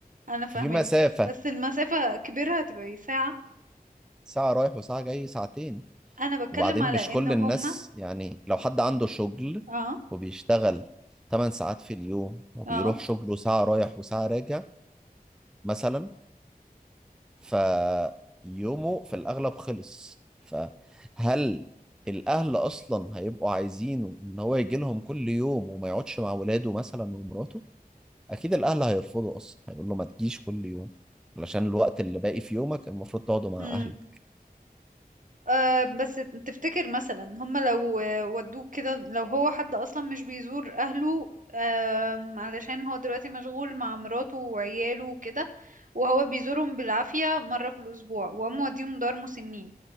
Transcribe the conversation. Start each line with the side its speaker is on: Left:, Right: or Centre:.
Right: انا فاهمك
Centre: ففي مسافة
Right: بس المسافة كبيرة هتبقى إيه، ساعة
Centre: ساعة رايح وساعة جاي ساعتين
Right: انا بتكلم
Centre: وبعدين
Right: على
Centre: مش كل
Right: ان هما
Centre: الناس يعني لو حد عنده شغل
Right: اه
Centre: وبيشتغل 8 ساعات في اليوم وبيروح
Right: اه
Centre: شغله ساعة رايح وساعة راجع مثلا فيومه في الأغلب خلص فهل الأهل أصلا هيبقوا عايزينه إن هو يجي لهم كل يوم وما يقعدش مع ولاده مثلا ومراته أكيد الأهل هيرفضوا أصلا هيقول له ما تجيش كل يوم علشان الوقت اللي باقي في يومك المفروض تقعده مع
Right: هم
Centre: أهلك
Right: آه بس تفتكر مثلا هم لو آه، ودوك كده لو هو حد اصلا مش بيزور اهله آم، علشان هو دلوقتي مشغول مع مراته وعياله وكده وهو بيزورهم بالعافية مرة في الاسبوع وقام موديهم دار مسنين